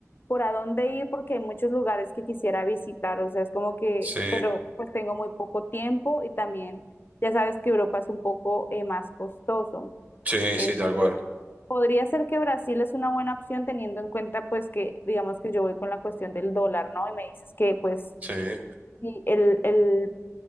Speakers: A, on the left (about 40°); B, on the right (about 30°).
A: por a dónde ir, porque hay muchos lugares que quisiera visitar. O sea, es como que,
B: Sí,
A: pero pues tengo muy poco tiempo y también ya sabes que Europa es un poco eh, más costoso.
B: sí,
A: Entonces,
B: sí, tal cual.
A: podría ser que Brasil es una buena opción teniendo en cuenta, pues, que digamos que yo voy con la cuestión del dólar, ¿no? Y me dices que, pues,
B: Sí,
A: sí, el, el